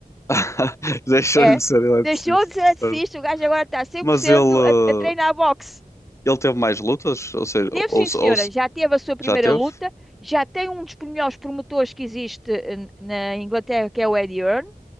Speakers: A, on the left; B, in the centre.
A: <laughs> Deixou-lhe
B: eh,
A: de
B: é,
A: ser eletricista,
B: deixou de ser eletricista,
A: certo.
B: o gajo agora está 100%
A: Mas ele.
B: a, a treinar boxe.
A: Ele teve mais lutas? Ou seja,
B: Teve,
A: ou,
B: sim, senhora.
A: ou-
B: Já teve a sua primeira
A: já teve?
B: luta. Já tem um dos melhores promotores que existe eh, na Inglaterra, que é o Eddie Earn.